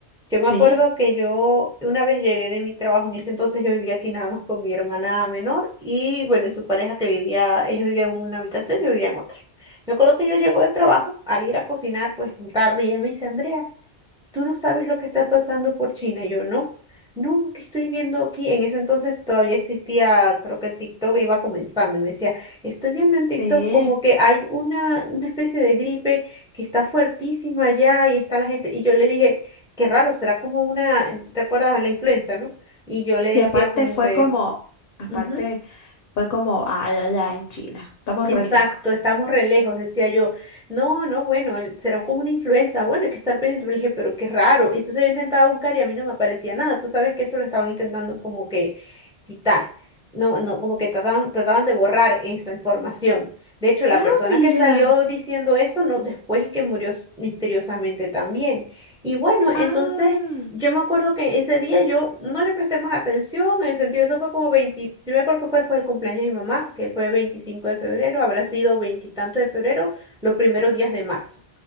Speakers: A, in the centre; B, on the left.
A: Yo me
B: Sí,
A: acuerdo que yo una vez llegué de mi trabajo, en ese entonces yo vivía aquí nada más con mi hermana menor y bueno, y su pareja que vivía, ellos vivían en una habitación, yo vivía en otra. Me acuerdo que yo llego del trabajo a ir a cocinar pues tarde y ella me dice, Andrea tú no sabes lo que está pasando por China. Y yo, no, no, que estoy viendo aquí. En ese entonces todavía existía, creo que el TikTok iba comenzando y me decía, estoy viendo
B: sí.
A: en TikTok como que hay una, una especie de gripe que está fuertísima allá y está la gente. Y yo le dije, qué raro, será como una, ¿te acuerdas de la influenza, no? Y yo le decía
B: Y aparte
A: como
B: fue
A: que...
B: como, aparte
A: "Ujú".
B: fue como, ay, allá en China. Estamos
A: Exacto,
B: re lejos.
A: estamos re lejos, decía yo. No, no, bueno, él- será como una influenza. Bueno, hay que estar pendiente. Le dije, pero qué raro. Y entonces yo intentaba buscar y a mí no me aparecía nada. Tú sabes que eso lo estaban intentando como que quitar. No, no, como que trataban, trataban de borrar esa información. De hecho, la
B: Ah,
A: persona
B: mira.
A: que salió diciendo eso, no, después es que murió s- misteriosamente también. Y bueno,
B: Ah,
A: entonces yo me acuerdo que ese día yo no le presté más atención, en el sentido, eso fue como 20, yo me acuerdo que fue después del cumpleaños de mi mamá, que fue 25 de febrero, habrá sido veintitanto de febrero, los primeros días de marzo.